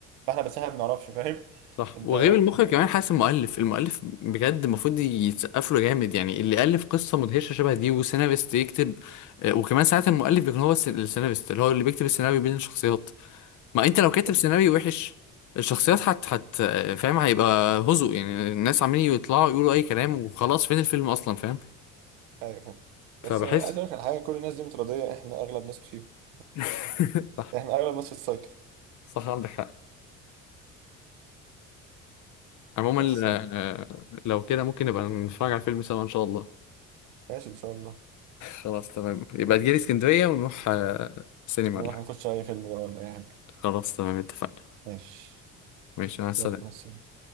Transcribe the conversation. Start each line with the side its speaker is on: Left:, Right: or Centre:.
Right: فاحنا بس احنا ما بنعرفش فاهم
Left: صح
Right: انت
Left: وغير المخرج كمان حاسس المؤلف المؤلف بجد المفروض يتسقف له جامد يعني اللي ألف قصة مدهشة شبه دي وسيناريست يكتب آه، وكمان ساعات المؤلف بيكون هو الس- السيناريست اللي هو اللي بيكتب السيناريو بين الشخصيات ما انت لو كاتب
Right: ابن-
Left: سيناريو وحش الشخصيات
Right: مم.
Left: حت حت آه، فاهم هيبقى هزء يعني الناس عمالين يطلعوا يقولوا اي كلام وخلاص فين الفيلم اصلا فاهم
Right: ايوه فاهم
Left: فبحس
Right: بس عايز اقول لك على حاجه كل الناس دي متراضيه احنا اغلب ناس فيه
Left: <laughs> صح
Right: احنا اغلب ناس في السايكل
Left: صح عندك حق عموما
Right: بس يعني
Left: آه، لو كده ممكن نبقى نتفرج على الفيلم سوا ان شاء الله
Right: ماشي ان شاء الله
Left: خلاص تمام يبقى تجيلي اسكندرية ونروح آه، سينما
Right: نروح
Left: ولا حاجة.
Right: نخش اي فيلم بقى ولا اي حاجه
Left: خلاص تمام اتفقنا
Right: ماشي
Left: ماشي مع السلامة
Right: يلا مع السلامة.